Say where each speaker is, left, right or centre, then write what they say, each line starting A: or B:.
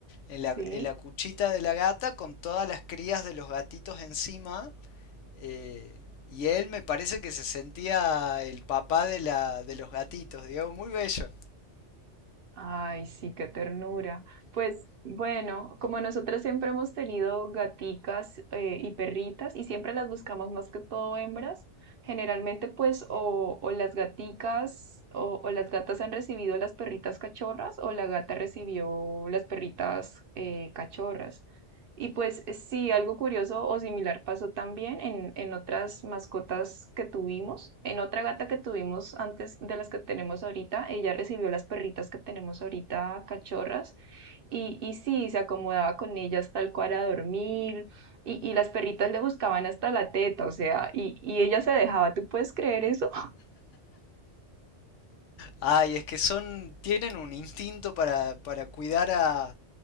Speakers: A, on the left (about 80°); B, on the right (about 55°).
A: en, la,
B: Sí.
A: en la cuchita de la gata con todas las crías de los gatitos encima. eh, y él me parece que se sentía el papá de, la, de los gatitos, digamos, muy bello.
B: Ay, sí, qué ternura. Pues bueno, como nosotras siempre hemos tenido gaticas eh, y perritas y siempre las buscamos más que todo hembras, generalmente pues o, o las gaticas o, o las gatas han recibido las perritas cachorras o la gata recibió las perritas eh, cachorras. Y pues eh, sí, algo curioso o similar pasó también en, en otras mascotas que tuvimos. En otra gata que tuvimos antes de las que tenemos ahorita, ella recibió las perritas que tenemos ahorita, cachorras, y, y sí, se acomodaba con ellas tal cual a dormir, y, y las perritas le buscaban hasta la teta, o sea, y, y ella se dejaba, ¿tú puedes creer eso? <laughs>
A: Ay, es que son, tienen un instinto para, para cuidar a,